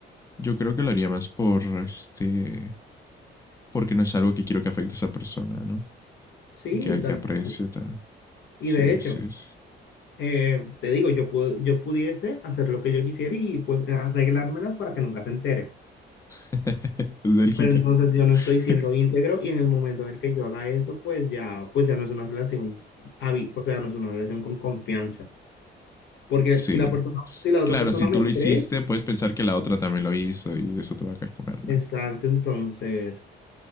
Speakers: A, on the left (about 15°); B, on the left (about 65°).
A: Yo creo que lo haría más por este. Porque no es algo que quiero que afecte a esa persona, ¿no?
B: Sí,
A: Que hay
B: tal
A: que apreciar.
B: cual. Y
A: Sí,
B: de hecho,
A: sí, sí.
B: eh, te digo, yo, pu- yo pudiese hacer lo que yo quisiera y pues arreglármelas para que nunca se entere.
A: <laughs> es Bélgica.
B: Pero entonces yo no estoy siendo
A: <laughs>
B: íntegro y en el momento en el que yo haga eso, pues ya, pues ya no es una relación, habi- o sea, no es una relación con confianza. Porque
A: Sí.
B: si la persona,
A: S-
B: si la otra
A: Claro,
B: persona
A: si tú
B: me
A: lo hiciste,
B: cree,
A: puedes pensar que la otra también lo hizo y eso te va a carcomer, ¿no?
B: exacto, entonces.